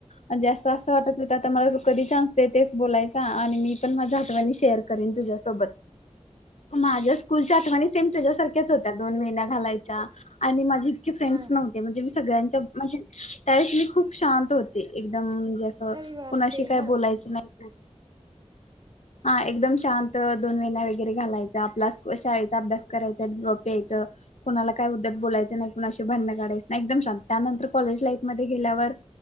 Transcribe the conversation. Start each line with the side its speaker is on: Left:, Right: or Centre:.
Left: आणि जास्त असं वाटत होतं. आता मला कधी संधी देतस? बोलाचा आणि मी पण माझ्या आठवणी तुला सांगेन, करण तुझ्यासोबत माझ्या शाळेच्या आठवाणी तुझ्यासारख्याच होत्या, दोन वेण्या घालायच्या आणि माझी इतक्या मैत्रिणी
Right: हा
Left: नव्हत्या सगळ्यांच्या म्हणजे त्यावेळेस मी खूप शांत होते, एकदम
Right: अरे बापरे
Left: कुणाशी काय
Right: हा
Left: बोलायचं नाही हा एकदम शांत दोन वेण्या वैगैरे घालायच्या, शाळेचा अभ्यास करायचा आणि गप्प यायचं, कोणाला काय उध्दट बोलायचं नाही, भांडण काढायचं नाही. त्यानंतर कॉलेज लाईफ मध्ये गेल्यावर